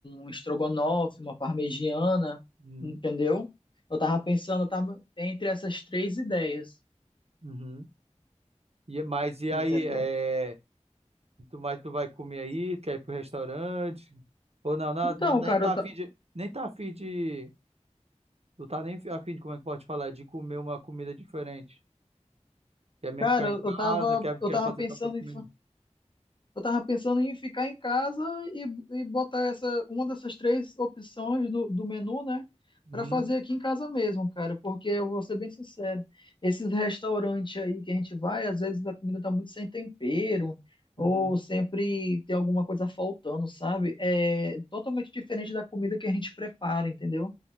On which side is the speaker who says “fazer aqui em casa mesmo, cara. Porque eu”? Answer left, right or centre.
Left